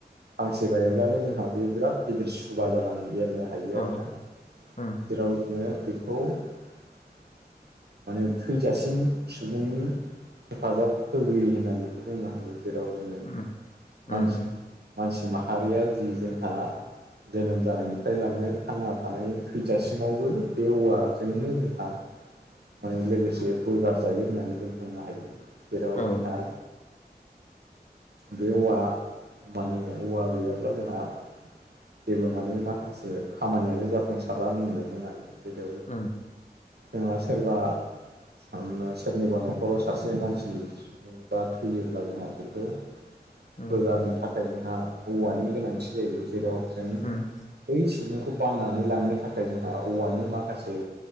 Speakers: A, on the right (about 75°); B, on the left (about 45°).
A: फांसे गायोब्लानो जोंहा बे बिराद गिदिर सुबा जालां एरनो हायो आरोना
B: औ उम
A: जेराव जोङो बेखौ खौ माने थैजासिम सुबुंनि हेफाजाब होगिरि होननानैबो बुंनो हायो। जेराव जोङो
B: उम उम
A: मानसि
B: उम
A: मानसि माहारिया जि जोंहा जोनोम जानायनिफ्राय लानानै थांना थानायनि थैजासिमावबो बे औवाजोंनो जोंहा माने लोगोसे बोगार जायो होननानै जों बुंनो हायो ओ जेराव
B: औ
A: जोंहा बे औवा माने औवा गैयाब्ला जोंहा ओ जेब्ला माने माखासे खामानियानो जाफुंसारला होननो गोनां <unintelligible>
B: उम
A: जोंहा सोरबा सोरनिबा न'खराव सासे मानसि बा थैयोब्ला जोंहा बेखौ
B: उम
A: बोगारनो थाखाय जोंहा औवानि गोनांथि जायो जेराव जों
B: उम
A: बै सुबुंखौ बाननानै लांनो थाखाय जोंहा औवानि माखासे।